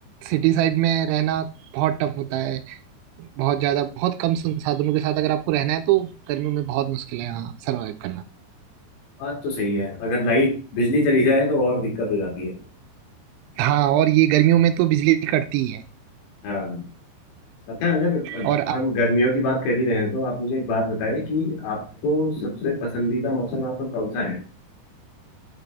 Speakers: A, on the right (about 85°); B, on the left (about 65°).
A: सिटी साइड में रहना बहुत टफ होता है बहुत ज्यादा बहुत कम संसाधनों के साथ अगर आपको रहना है तो गर्मियों में बहुत मुश्किल है यहाँ सरवाइव करना
B: बात तो सही है अगर लाइट बिजली चली जाए तो और दिक्कत हो जाती है
A: हाँ और ये गर्मियों में तो बिजली कटती ही है
B: हाँ अच्छा अगर
A: और आप
B: हम गर्मियों की बात कर ही रहे हैं तो आप मुझे एक बात बताएं कि आपको सबसे पसंदीदा मौसम आपका कौन सा है